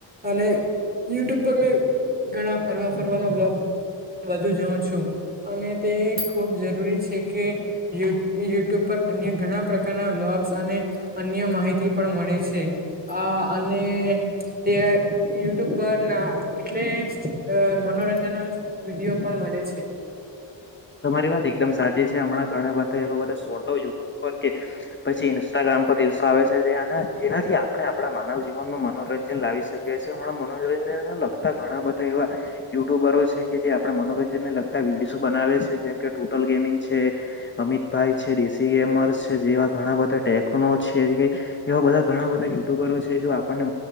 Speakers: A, on the right; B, on the left.
A: અને યુટ્યુબ પર મેં ઘણા ફરવા ફરવાનો બ્લોગ વધુ જોઉં છું. અને તે ખૂબ જરૂરી છે કે યુ યુટ્યુબ પર અન્ય ઘણા પ્રકારના બ્લોગ્સ અને અન્ય માહિતી પણ મળે છે આ અને ને યુટ્યુબ પર ના એટલે અ મનોરંજન ના પણ મળે છે.
B: તમારી વાત એકદમ સાચી છે હમણાં ઘણા બધા એ બધાોટો યુટ્યુબ પર કે પછી ઇન્સ્ટાગ્રામ પર રીલ્સ આવે છે જેને જેનાથી આપણે આપણા માનવ જીવનમાં મનોરંજન લાવી શકીએ છીએ હણાં મનોરંજનને લગતા ઘણા બધા એવા યુટ્યુબરો છે કે જે આપડડા મનોરંજન ને લગતા વિડીયો બનાવે છે. જેમ કે ટોટલ ગેમિંગ છે અમિતભાઈ છે રિશી ગેમર જેવા ઘણા બધા ટે છે એવા બધા ઘણા બધા યુટ્યુબરો છે આપણને